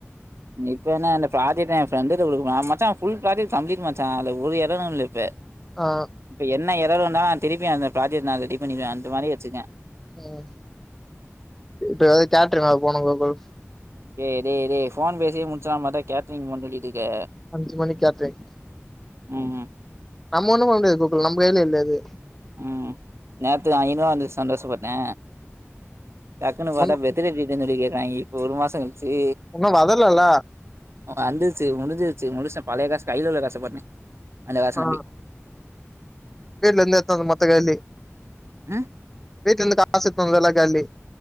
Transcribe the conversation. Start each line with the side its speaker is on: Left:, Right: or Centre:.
Right: இப்ப என்ன இந்த ப்ராஜெக்ட் எய ஃப்ரண்டு கிட்ட கொடுக்க போற மச்சா ஃபுல் ப்ராஜெக்ட் கம்ளீட் மச்சா அதுல ஒரு இரரு இல்ல இப்ப
Centre: அ
Right: இப்ப என்ன இரர் வந்தாலு நா திருப்பி அந்த பராஜெக்ட் நா ரெடி பண்ணிருவ அந்த மாதிரி வச்சிருக்க
Centre: ம் இப்ப தியேட்டர் <unintelligible>
Right: டே டே டே ஃபோன் பேசியே முடிச்சலா பாத்தா கேடரிங் பண் சொல்லிட்டுக்க
Centre: அஞ்சுமணி கேட்ரிங்
Right: ம் ம்
Centre: நம்ம ஒண்ணும் பண்ண முடியாது கூக்குள் நம்ம கைல இல்ல அது
Right: ம் நேத்து ஐநூரூவா வந்துது சந்தோஷப்பட்டே டக்குனு பாத்தா
Centre: ஒன்னும்
Right: வெ த்தன வீடுனு சொல்லி கேக்குறாங்க இப்போ ஒரு மாசம் கழுச்சு
Centre: ஒன்னு வதலல்ல
Right: வந்துச்சு முடிஞ்சிருச்சு முடிச்டே பழைய காசு கைல உள்ள காசப்போட்டே அந்த காச
Centre: ஆ
Right: நம்பி
Centre: வீட்ல இந்து எத்தா மொத்த காலி
Right: ம்
Centre: வீட்ல இந்து காச எத்து வந்தது எல்லா காலி